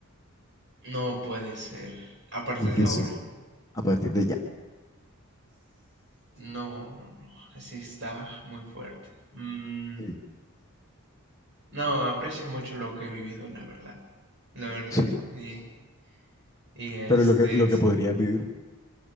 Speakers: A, on the right; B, on the left.
A: no puede ser. A partir
B: Difícil.
A: de ahora.
B: A partir de ya.
A: No, no, no, así está muy fuerte. Mm,
B: Sí.
A: no, aprecio mucho lo que he vivido, la verdad, la verdad.
B: Sí.
A: Y, y este,
B: Pero ¿y lo que, y lo que podrías vivir?